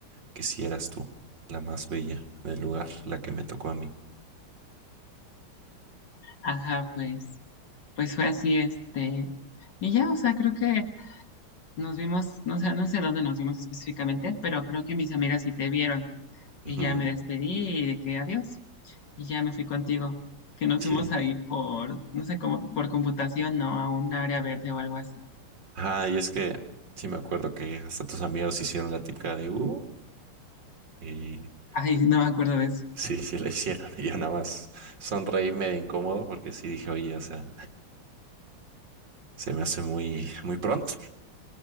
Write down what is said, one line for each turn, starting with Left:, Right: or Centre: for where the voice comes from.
Right: que sí eras tú, la más bella del lugar, la que me tocó a mí.
Left: ajá, pues, pues fue así, este. Y ya, o sea, creo que Nos vimos, no sé, no sé dónde nos vimos específicamente, pero creo que mis amigas sí te vieron. Y
Right: Ujú,
Left: ya me despedí y de que adiós. Y ya me fui contigo. Que nos
Right: sí.
Left: fuimos ahí por, no sé cómo, por computación, ¿no? A un área verde o algo así.
Right: Ajá, y es que sí me acuerdo que hasta tus amigos hicieron la típica de uh, y <laughs>
Left: Ay, no me acuerdo de eso.
Right: sí, sí la hicieron. <laughs> Y yo nada más sonreí medio incómodo porque sí dije, oye, o sea, se me hace muy, muy pronto.